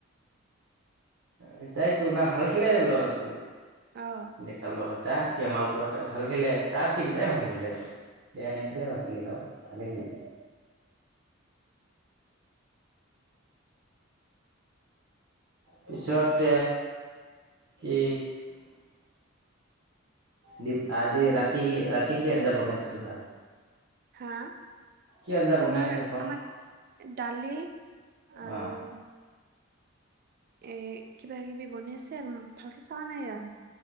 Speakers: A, on the right (about 75°); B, on the right (about 50°).
A: উ তাইতো না ভাল খেলে যে ল'ৰাটো।
B: অ'।
A: ডেকা ল'ৰাটা শামাল কোৱা ভাল খেলে, তাৰ টিমটাই ভাল খেলে ৰ'। বেয়া নেখেলে বাকী গেলাওঁ ভালেই খেলে। পিছত কি দি আজি ৰাতি কি, ৰাতি কি আঞ্জা বনাইছে তোহাৰ?
B: হা
A: কি আঞ্জা বনাইছে
B: আমাৰ,
A: এখন
B: আমাৰ দালি আৰু
A: অ
B: এ কিবা কিবি বনে আছে আৰু ভালকে চোৱা নাই আৰ।